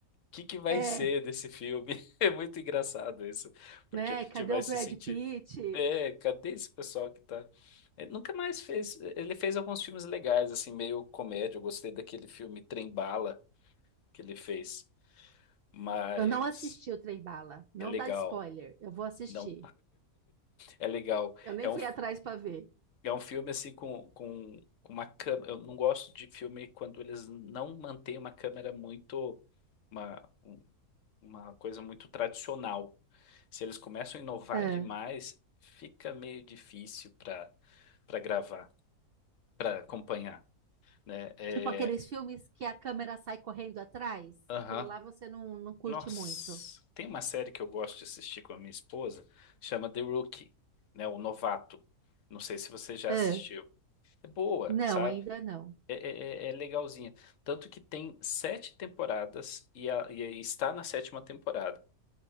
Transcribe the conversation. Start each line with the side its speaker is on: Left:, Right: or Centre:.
Left: que que vai
Right: é,
Left: ser desse filme? <laughs> É muito engraçado isso, porque
Right: né?
Left: a gente
Right: Cadê
Left: vai
Right: o
Left: se
Right: Brad
Left: sentir,
Right: Pitt?
Left: é, cadê esse pessoal que tá? Ele nunca mais fez. Ele fez alguns filmes legais, assim, meio comédia. Eu gostei daquele filme Trem Bala que ele fez, mas
Right: Eu não assisti o Trem Bala, não
Left: é legal.
Right: dá spoiler, eu vou assistir.
Left: Não, É legal.
Right: Eu nem
Left: É um,
Right: fui atrás para ver.
Left: é um filme assim com, com com uma câmera. Eu não gosto de filme quando eles não mantêm uma câmera muito. Uma, um- uma coisa muito tradicional. Se eles começam a inovar
Right: É.
Left: demais, fica meio difícil para para gravar, para acompanhar, né? É,
Right: Tipo aqueles filmes que a câmera sai correndo atrás.
Left: aham.
Right: Aquilo lá você não, não curte
Left: Nossa,
Right: muito.
Left: tem uma série que eu gosto de assistir com a minha esposa, chama The Rookie, né? O Novato. Não sei se você já
Right: É.
Left: assistiu. É boa,
Right: Não,
Left: sabe?
Right: ainda não.
Left: É, é, é- é legalzinha. Tanto que tem sete temporadas e, a- e está na sétima temporada.